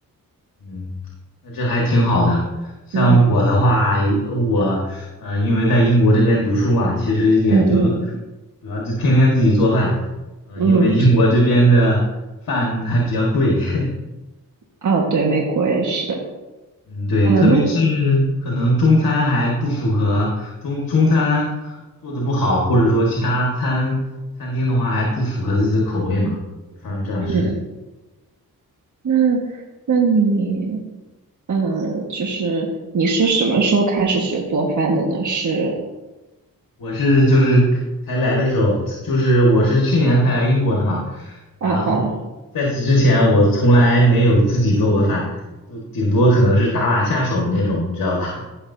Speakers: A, on the left; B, on the right.
A: 嗯，那这还挺好的。像我的话，
B: 嗯
A: 我嗯，因为在英国这边读书嘛，其实也就
B: 嗯嗯
A: 主要就天天自己做饭，嗯、
B: 嗯，
A: 因为英国这边的饭还比较贵。<laughs>
B: 啊，对，美国也是
A: 嗯，对，
B: 啊，
A: 特别是可能中餐还不符合中中餐做的不好，
B: 那
A: 或者说其他餐餐厅的话还不符合自己的口味嘛，就会发生这样的事情。
B: 嗯，那那你，嗯，就是你是什么时候开始学做饭的呢？是，
A: 我是就是才来的时候，就是我是去年才来英国的嘛，然后
B: 哦哦
A: 在此之前我从来没有自己做过饭，都顶多可能是打打下手那种，你知道吧？